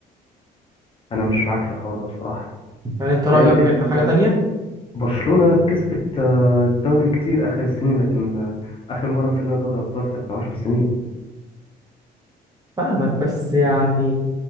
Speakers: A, on the left (about 30°); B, on the right (about 20°).
A: انا مش معاك في الحوار ده بصراحة
B: يعني انت رأيك
A: لان انت-
B: ان حاجة تانية
A: برشلونة كسبت آه، الدوري كتير اخر السنين لكن آه، اخر مرة كسبنا دوري ابطال كانت من 10 سنين
B: فاهمك بس يعني